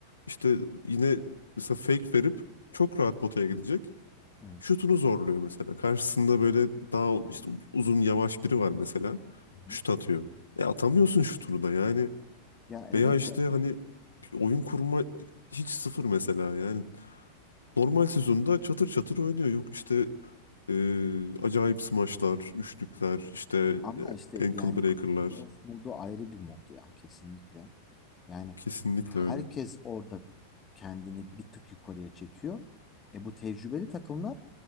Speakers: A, on the left; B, on the left.
A: İşte yine mesela fake verip çok rahat potaya gidecek.
B: Evet.
A: Şutunu zorluyor mesela. Karşısında böyle daha
B: Yani.
A: işte uzun yavaş biri var mesela.
B: Hı
A: Şut
B: hı.
A: atıyor. E atamıyorsun şutunu da yani.
B: Ya evet
A: Veya işte
B: ya bir-
A: hani bir oyun kurma hiç sıfır mesela. Yani normal sezonda çatır çatır oynuyor. Yok işte e, acayip smaçlar, üçlükler, işte
B: Ama işte
A: e, ankle
B: yani
A: breaker'lar.
B: playoff modu ayrı bir mod ya kesinlikle. Yani
A: Kesinlikle
B: herkes
A: öyle.
B: orada kendini bir tık yukarıya çekiyor. E bu tecrübeli takımlar